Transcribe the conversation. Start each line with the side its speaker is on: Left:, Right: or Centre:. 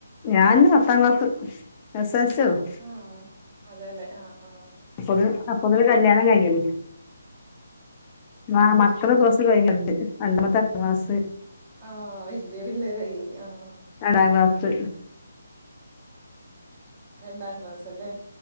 Left: ഞാന് പത്താം ക്ലാസ് എസ് എൽ സി ഒള്ളു
Right: ഉം അതേല്ലേ ആഹ് ആഹ്
Left: അപ്പോതിന് അപ്പൊതിന് കല്യാണം കഴിഞ്ഞണ് ആഹ്
Right: ആ
Left: മക്കള് <unintelligible> കഴിഞ്ഞിണ്ട് <unintelligible>
Right: ആഹ് വല്ല്യേ പിള്ളേരായി ആഹ്
Left: രണ്ടാ ക്ലാസ്
Right: രണ്ടാ ക്ലാസല്ലേ